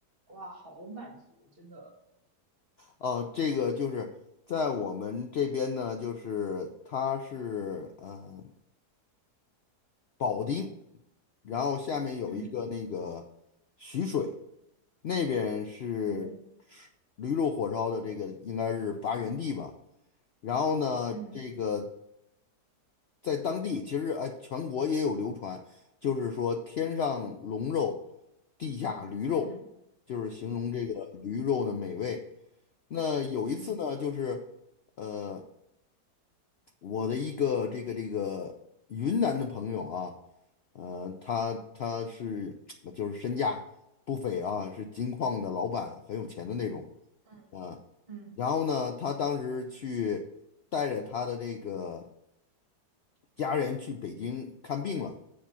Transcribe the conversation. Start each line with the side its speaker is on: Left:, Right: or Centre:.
Right: 哇，好满足，真的。
Left: 哦，这个就是在我们这边呢，就是它是嗯，保定，然后下面有一个那个徐水，
Right: 嗯
Left: 那边是吃驴肉火烧的这个应该是发源地吧。
Right: 嗯
Left: 然后呢，
Right: 嗯
Left: 这个在当地其实哎，全国也有流传，就是说天上龙肉，地下驴肉，
Right: 嗯
Left: 就是形容这个驴肉的美味。那有一次呢，
Right: 嗯
Left: 就是呃。我的一个这个这个云南的朋友啊，呃，他他是 <tsk> 就是身价不菲啊，是金矿的老板，很有钱的那种
Right: 嗯嗯
Left: 啊。然后呢，他当时去带着他的这个。家人去北京看病了，